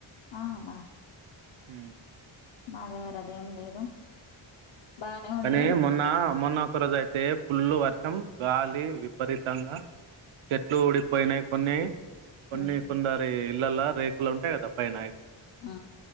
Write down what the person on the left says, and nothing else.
అవునా
మా దగ్గరే అదేం లేదు బానే ఉండే
ఉమ్
ఆ